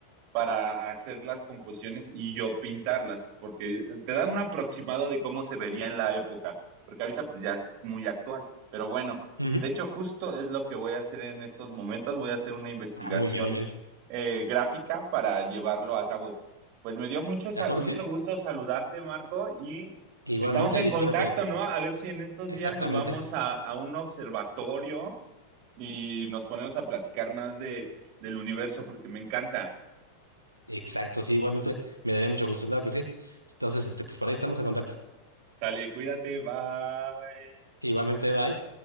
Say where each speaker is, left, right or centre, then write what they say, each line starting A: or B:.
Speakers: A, on the right; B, on the right.
A: para hacer las composiciones y yo pintarlas, porque te da un aproximado de cómo se vería en la época, porque ahorita pues ya es muy actual. Pero bueno,
B: Ujú.
A: de hecho justo es lo que voy a hacer en estos momentos, voy a hacer una investigación
B: Ah, muy bien, muy bien.
A: eh, gráfica para llevarlo a cabo. Pues me dio mucho, sa-
B: ¿De acuerdo?
A: mucho
B: Sí.
A: gusto saludarte, Marco, y
B: Igualmente,
A: estamos en
B: y
A: contacto,
B: espero que
A: ¿no? A ver si en estos
B: exactamente,
A: días nos vamos a, a un observatorio y nos ponemos a platicar más de, del universo, porque me encanta.
B: exacto, sí, igualmente me daría mucho gusto, claro que sí. Entonces, este, pues por ahí estamos en contacto.
A: Sale, cuídate, bye.
B: Igualmente, bye.